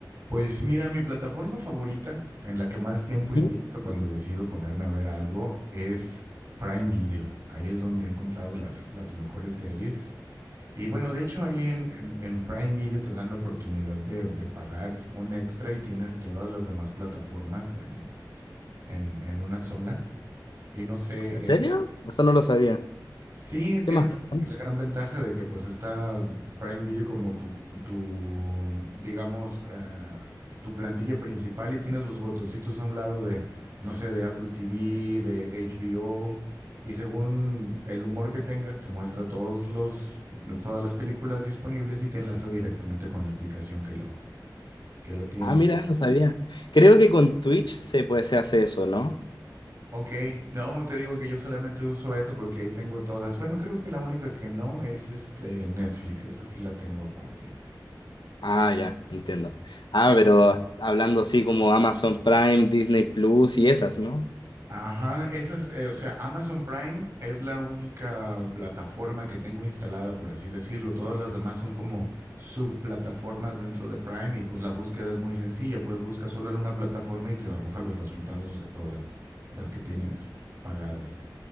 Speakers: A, on the right; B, on the left.
A: Pues mira, mi plataforma favorita en la que más tiempo invierto
B: ¿Sí?
A: cuando decido ponerme a ver algo es Prime Video. Ahí es donde he encontrado las, las mejores series. Y bueno, de hecho ahí en, en- en Prime Video te dan la oportunidad de, de pagar un extra y tienes todas las demás plataformas en, en, en una sola. Y no sé,
B: ¿En serio? Eso no lo sabía.
A: Sí, tienes
B: ¿Qué más? están?
A: la gran ventaja de que pues está Prime Video como tu, tu digamos, eh, tu plantilla principal y tienes los botoncitos a un lado de, no sé, de Apple TV, de HBO, y según el humor que tengas, te muestra todos los, todas las películas disponibles y te enlaza directamente con la aplicación que lo, que lo tiene.
B: Ah, mira, no sabía. Creo que con Twitch se puede, se hace eso, ¿no?
A: Ok, no, te digo que yo solamente uso eso porque ahí tengo todas. Bueno, creo que la única que no es este Netflix, esa sí la tengo aparte.
B: Ah, ya, entiendo. Ah, pero hablando así como Amazon Prime, Disney Plus y esas, ¿no?
A: Ajá, esas, eh, o sea, Amazon Prime es la única plataforma que tengo instalada, por así decirlo. Todas las demás son como subplataformas dentro de Prime y pues la búsqueda es muy sencilla, pues busca solo en una plataforma y te arroja los resultados de todas las que tienes pagadas.